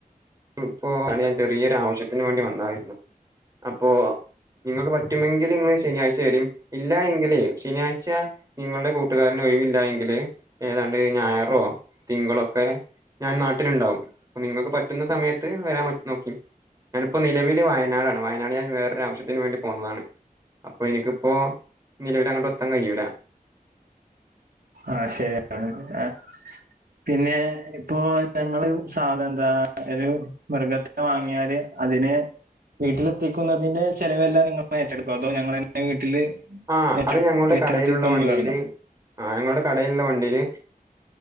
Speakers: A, on the right (about 25°); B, on the right (about 80°).
A: ഇപ്പോ അട ഞാൻ ചെറിയൊരു ആവശ്യത്തിന് വേണ്ടി വന്നായിരുന്നു അപ്പോ നിങ്ങൾക്ക് പറ്റുമെങ്കിൽ നിങ്ങ ശനിയാഴ്ച വരും ഇല്ല എങ്കിൽ ശനിയാഴ്ച നിങ്ങളുടെ കൂട്ടുകാരന് ഒഴിവില്ല എങ്കില് ഏതാണ്ട് ഞായറോ തിങ്കളൊക്കെ ഞാൻ നാട്ടിലുണ്ടാവും നിങ്ങക്ക് പറ്റുന്ന സമയത്ത് വരാൻ നോക്കി ഞാനിപ്പോ നിലവിൽ വയാനടാണ് വയനാട് ഞാൻ വേറൊരു ആവശ്യത്തിന് വേണ്ടി പോന്നതാണ് അപ്പൊ എനിക്കിപ്പോ നിലവില അങ്ങോട്ട് ഒത്താൻ കഴിയൂല
B: ആഹ ശരി ആ പിന്നെ ഇപ്പോ ഞങ്ങള് സാധ എന്താ ഒരു മൃഗത്തി വാങ്ങിയാല് അതിന് വീട്ടിലെത്തിക്കുന്നതിന്റെ ചെലവെല്ലാം നിങ്ങൾ ഏറ്റെടുക്കോ അതോ ഞങ്ങളന്നെ വീട്ടില്
A: ആഹ്
B: ഏറ്റെടു
A: അത് ഞങ്ങളുടെ
B: ഏറ്റെടുത്ത്
A: കടയിലുള്ള
B: കൊണ്ട്
A: വണ്ടിയില്
B: വരണോ
A: ആ ഞങ്ങളുടെ കടയിലുള്ള വണ്ടിയില്